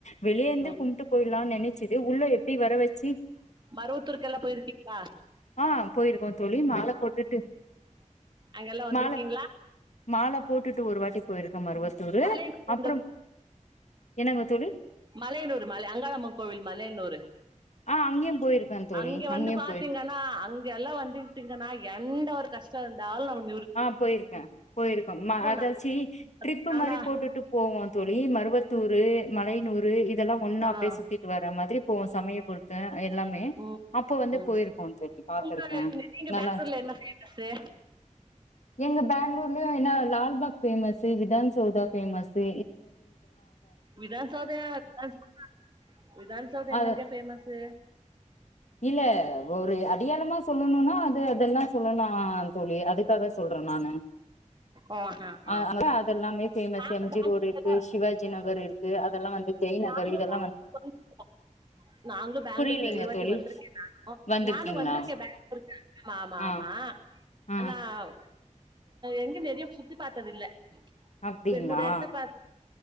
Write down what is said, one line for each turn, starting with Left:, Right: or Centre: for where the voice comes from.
Left: வெளியேந்து
Right: ம் ம்
Left: கும்ட்டு பொயிட்லா நெனச்சது உள்ள எப்டி வர வெச்சி
Right: மருவத்தூருக்கெல்லா போய்ருக்கீங்ளா
Left: ஆ போயிருக்கோ தோளி மால போட்டுட்டு
Right: அங்கெல்லா வந்திருக்கீங்களா
Left: மால மால போட்டுட்டு ஒரு வாட்டி போயிருக்க மருவத்தூரு
Right: மலையனூர்
Left: அப்றம் என்னங்க துளி
Right: மலையனூரு மலை அங்காளம்மன் கோவில் மலையனூரு
Left: ஆ அங்கேயு போயிருக்கே தோழி
Right: அங்கே வந்து
Left: அங்கேயு
Right: பாத்தீங்கனா
Left: போயிருக்கே
Right: அங்கெல்லா வந்துகுட்டீங்கனா என்ட ஒரு கஷ்ட இருந்தாலு நமக்
Left: ஆஹ் போயிருக்க போயிருக்க ம அத
Right: நல்ல
Left: சி ட்ரிப்பு
Right: ஆனா
Left: மாரி போட்டுட்டு போவோ தோளி மருவத் தூரு மலைய்நூறு இதல்லா ஒன்னா
Right: ஆ
Left: அப்யே சுத்திட்டு வர மாரி போவோ சமயபுற் எல்லாமே
Right: ம்
Left: அப்போ வந்து
Right: ம்
Left: போயிருக்கோ
Right: ம்
Left: தோளி பாத்துருக்க
Right: உங்க நீங்க
Left: நல்லா
Right: பெங்களூர்ல என்ன ஃபேமஸு
Left: எங்க பேங்ளூர்லியு என்ன லால்பாக் பேமசு விதான் சௌதா ஃபேமசு
Right: விதா சௌதா <inaudible> விதான்சௌதா
Left: அ
Right: என்னங்க ஃபேமசு
Left: இல்ல ஒரு அடியாளமா சொல்லணுனா அது அதெல்லா சொல்லலா தோளி அதுக் தாக சொல்ற நானு
Right: ஆ ஹா ஹா
Left: அ அதல்லாமே ஃபேமஸ்
Right: நாங்க
Left: எம்ஜி
Right: பேங்களூர்
Left: ரோட் இருக்கு சிவாஜி நகர் இருக் கு அதெல்லா வந்து
Right: <inaudible>
Left: ஜெய் நகர் இதெல்லா வந்து
Right: நாங்ளும் பேங்ளூர்க்
Left: புரியலீங்க
Right: நெறியவா வட்டி
Left: தோழி
Right: வந்ருக்கே நானு
Left: வந்திருக்கீங்களா
Right: நானு வந்ருக்கே பேங்ள <inaudible> ஆமா
Left: ஆ
Right: ஆமா
Left: ஆ
Right: அனாவ் எங்க நெறியவ் சுத்தி பாத்ததுல்ல
Left: அப்டிங்களா
Right: ரெண்னொட எடத்த பாத்